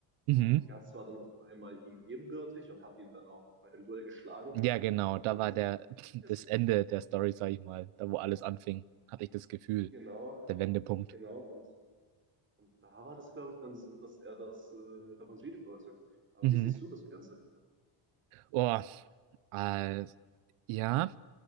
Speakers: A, on the right; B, on the right.
A: Mhm.
B: Und Guts war dann auf einmal ihm ebenbürtig und hat ihn dann auch bei dem Duell geschlagen.
A: Ja, genau,
B: Und
A: da war
B: so
A: der, <laughs>
B: wie ich es,
A: das Ende der Story, sag ich mal, da wo alles anfing, hatte ich das Gefühl,
B: genau,
A: der Wendepunkt.
B: genau. Und, und da war das, glaube ich, dann so, dass er das äh, revanchieren wollte. Aber
A: Mhm.
B: wie siehst du das Ganze?
A: Oh, äh, ja,